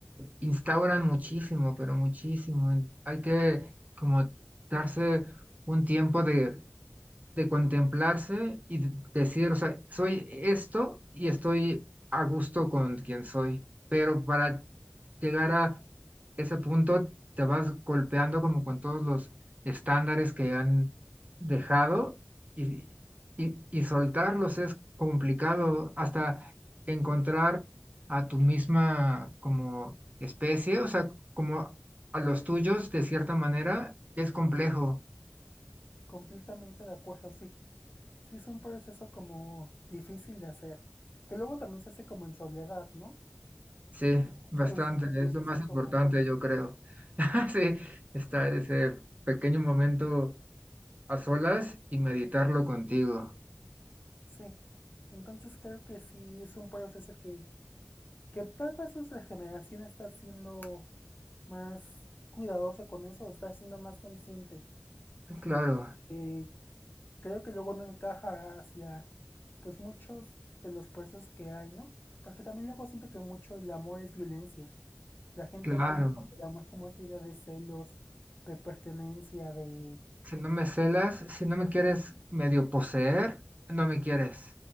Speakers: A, on the right; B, on the left.
A: instauran muchísimo, pero muchísimo. en- Hay que como darse un tiempo de de contemplarse y de- decir, o sea, soy esto y estoy a gusto con quien soy, pero para llegar a ese punto te vas golpeando como con todos los estándares que han dejado y, y, y soltarlos es complicado hasta encontrar a tu misma como especie, o sea, como a los tuyos de cierta manera es complejo
B: Completamente de acuerdo, sí. Sí es un proceso como difícil de hacer, que luego también se hace como en soledad, ¿no?
A: Sí,
B: Que justo
A: bastante,
B: es este proceso
A: es lo más importante,
B: como,
A: yo creo. <laughs> Sí, estar ese pequeño momento a solas y meditarlo contigo.
B: sí. Entonces creo que sí es un proceso que, que tal vez nuestra generación está siendo más cuidadoso con eso, está siendo más consciente
A: Ah, Claro,
B: eh, creo que luego no encaja hacia pues muchos de los procesos que hay, ¿no? Porque también luego siento que mucho el amor es violencia. La gente
A: claro.
B: toma como el amor como esta idea de celos, de pertenencia, de...
A: Si no me celas, si no me quieres medio poseer, no me quieres.